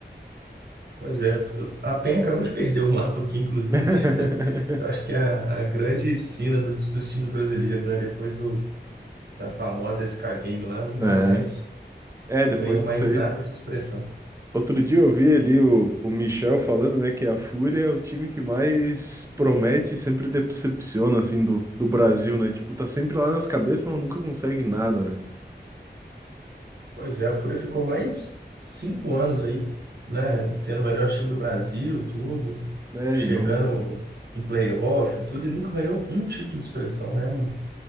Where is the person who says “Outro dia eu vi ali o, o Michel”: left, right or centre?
Right